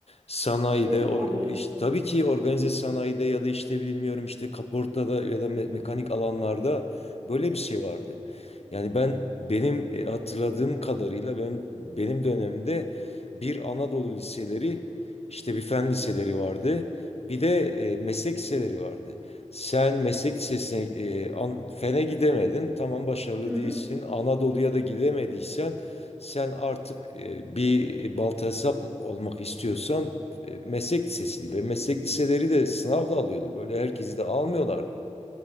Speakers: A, on the left; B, on the right.
A: Sanayide,
B: öyle
A: or,
B: mi oluyordu?
A: iş- tabii ki organize sanayide ya da işte bilmiyorum işte kaportada ya da me- mekanik alanlarda böyle bir şey vardı. Yani ben benim e, hatırladığım kadarıyla benim, benim dönemimde bir Anadolu liseleri işte bir fen liseleri vardı. Bir de e, meslek liseleri vardı. Sen meslek lisesine e, an- fene gidemedin. Tamam başarılı
B: Hı hı.
A: değilsin. Anadolu'ya da gidemediysen sen artık e, bir balta hesap olmak istiyorsan e, meslek lisesiydi ve meslek liseleri de sınavla alıyordu. Böyle herkesi de almıyorlardı.